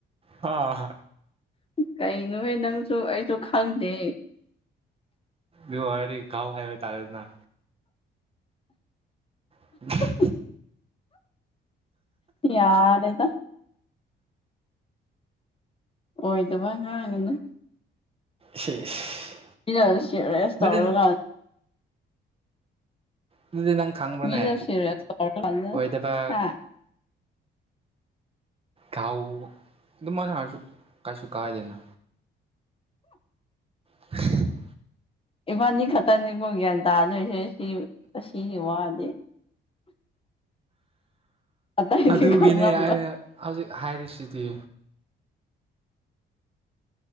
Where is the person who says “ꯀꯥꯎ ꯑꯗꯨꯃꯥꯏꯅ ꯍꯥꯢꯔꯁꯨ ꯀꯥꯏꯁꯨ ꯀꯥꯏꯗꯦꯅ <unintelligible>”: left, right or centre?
Right